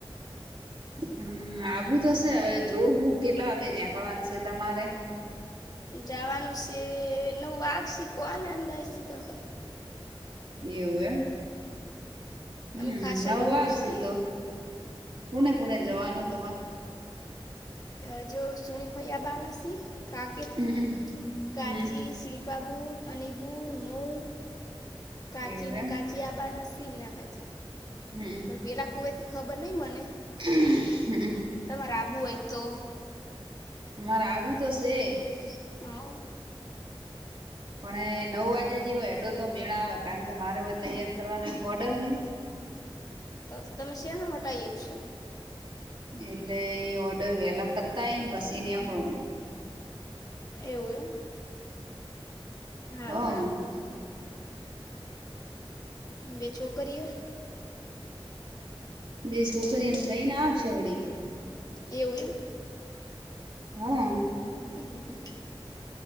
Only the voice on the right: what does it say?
હમ્મ આબુ તો શે હવે જોવ હું કેટલા વાગે નીકળવાનું છે તમારે
એવું એમ હમ્મ
નવ
વાગશે
તો કોને કોને જવાનું તમારે
હમ
હમ
એવું
એમ
હમ
હમ્મ
અમાર આવબું તોશે
પણ નવ વાજે જે હોય એડો તો મેળ આવે કારણ કે મારે હવે તૈયાર કરવાનો એક ઓર્ડર હે
એટલે ઓર્ડર વેલા પતાઈ ને પસી નિયાક ળો બા
હા
બે છોકરીને લઈને આવશે વડી
હા